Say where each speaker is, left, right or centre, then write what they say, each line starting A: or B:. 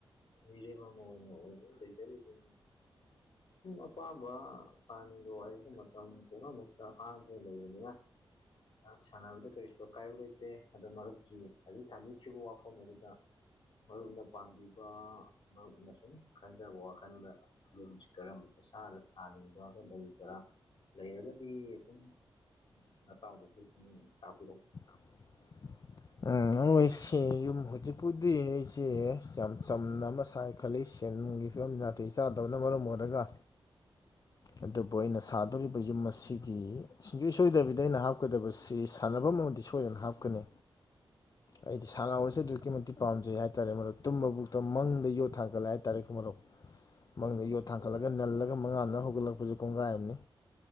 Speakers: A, on the left; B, on the left.
A: ꯃꯤꯔꯦꯝ ꯑꯃ ꯑꯣꯏꯅ ꯂꯩꯖꯔꯤ ꯑꯗꯨꯝ ꯑꯄꯥꯝꯕ ꯁꯥꯥꯅꯤꯡꯕ ꯋꯥꯔꯤꯒ ꯃꯇꯝ ꯄꯨꯝꯅꯃꯛꯇ ꯍꯥꯡꯗꯨꯅ ꯂꯩꯕꯅꯤꯅ ꯑ ꯁꯥꯟꯅꯕꯗ ꯀꯔꯤꯁꯨ ꯑꯀꯥꯏꯕ ꯂꯩꯇꯦ ꯑꯗꯣ ꯃꯔꯨꯞ ꯍꯧꯖꯤꯛ ꯊꯝꯕꯤꯈꯤꯕ ꯋꯥꯐꯝ ꯑꯗꯨꯗ ꯃꯔꯨꯞꯅ ꯄꯥꯝꯕꯤꯕ ꯃꯔꯨꯞꯅ ꯁꯨꯝ ꯈꯟꯖꯕ ꯋꯥꯈꯜꯗ ꯌꯦꯡꯁꯤ ꯀꯔꯝꯕꯅ ꯎꯠꯁꯥꯗ ꯊꯥꯅꯤꯡꯕ ꯈ ꯂꯩꯕ꯭ꯔꯥ ꯂꯩꯔꯒꯗꯤ ꯁꯨꯝ ꯅꯇꯥꯎꯗꯁꯨ ꯗꯨꯇꯥꯛꯄꯤꯔꯣ
B: <inaudible> ꯎꯝ ꯅꯣꯏꯁꯤ ꯌꯨꯝ ꯍꯧꯖꯤꯛꯄꯨꯗꯤ ꯑꯩꯁꯦ ꯌꯥꯝ ꯆꯝꯅ ꯑꯃ ꯁꯥꯏ ꯈꯠꯂꯛꯏꯁꯤ ꯦꯟ ꯅꯨꯡꯒꯤ ꯐꯤꯕꯝ ꯅꯥꯇꯩ ꯆꯥꯗꯕꯅ ꯃꯔꯝ ꯑꯣꯏꯔꯒ ꯑꯗꯨꯕꯨ ꯑꯩꯅ ꯁꯥꯗꯧꯔꯤꯕ ꯌꯨꯝ ꯑꯁꯤꯒꯤ ꯁꯤꯡꯁꯣꯏ ꯁꯣꯏꯗꯕꯤꯗ ꯑꯩꯅ ꯍꯥꯞ ꯀꯗꯕꯁꯤ ꯁꯥꯟꯅꯐꯝ ꯑꯃꯗꯤ ꯁꯣꯏꯗꯅ ꯍꯥꯞꯀꯅꯤ ꯑꯩꯗꯤ ꯁꯥꯟꯅꯁꯤ ꯑꯗꯨꯛꯀꯤ ꯃꯇꯤꯛ ꯄꯥꯝꯖꯩ ꯍꯥꯏꯇꯥꯔꯦ ꯃ ꯇꯨꯝꯕꯕꯨꯛꯇꯣ ꯃꯪꯗ ꯌꯣꯠ ꯊꯥꯡꯒꯠꯂꯛꯦ ꯍꯥꯏꯇꯥꯔꯦꯃꯧ
A: ꯎꯝ
B: ꯃꯪꯗ ꯌꯣꯠ ꯊꯥꯡꯒꯠꯂꯒ
A: ꯑ,
B: ꯅꯜꯂꯒ ꯃꯉꯥꯅ ꯍꯧꯒꯠꯂꯛꯄꯁꯨ ꯀꯣꯡꯒꯥꯥꯏꯅꯤ